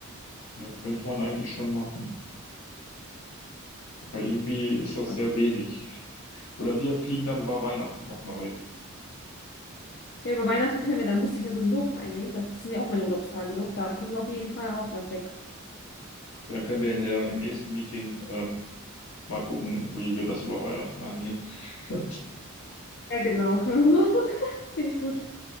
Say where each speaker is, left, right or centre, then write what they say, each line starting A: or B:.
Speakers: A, on the left (about 80°); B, on the left (about 50°).
A: Ja, könnte man eigentlich schon machen. Aber irgendwie ist das
B: Aber,
A: sehr wenig. Oder wir fliegen dann über Weihnachten nochmal weg.
B: ja, über Weihnachten können wir, da musste ich ja sowieso frei nehmen. Das, das sind ja auch meine Urlaubstage noch. Da können wir auf jeden Fall auch noch weg.
A: Dann können wir in der, im nächsten Meeting ähm, mal gucken, wie wir das über Weihnachten angehen. <laughs>
B: Ja, genau, können wir machen. <laughs> Finde ich gut.